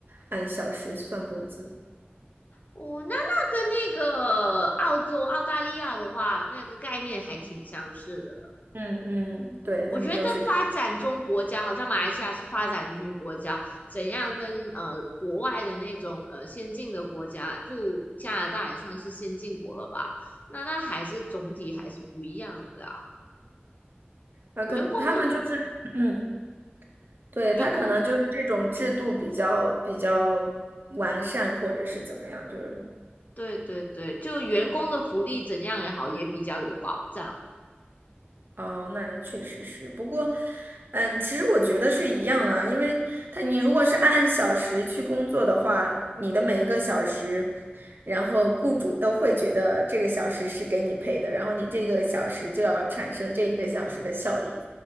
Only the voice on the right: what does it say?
按小时算工资。
嗯嗯，对，
他们都是这，
啊，
可能他们就是，<clears throat> 对，
他可能就是这种制度比较比较完善，或者是怎么样，就是。
哦，那也确实是。不过，嗯，其实我觉得是一样的啊，因为他你如果是按小时去工作的话，你的每一个小时，然后雇主都会觉得这个小时是给你配的，然后你这个小时就要产生这一个小时的效益，